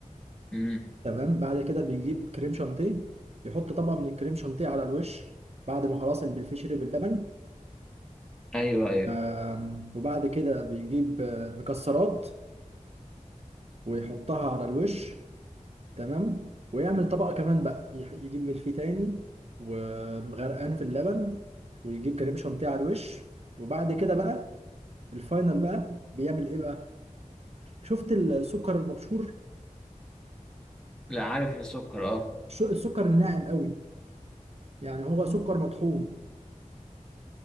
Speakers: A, in the centre; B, on the right.
A: امم
B: تمام بعد كده بيجيب كريم شانتيه يحط طبقه من الكريم شانتيه على الوش بعد ما خلاص الملفيه شرب اللبن
A: ايوه ايوه
B: آم، وبعد كده بيجيب آه، مكسرات ويحطها على الوش تمام ويعمل طبقة كمان بقى يح- يجيب ملفيه تاني ومغرقان في اللبن ويجيب كريم شانتيه على الوش وبعد كده بقى الفاينل بقى بيعمل ايه بقى شفت السكر المبشور
A: لا عارف السكر اه
B: الش- السكر الناعم قوي يعني هو سكر مطحون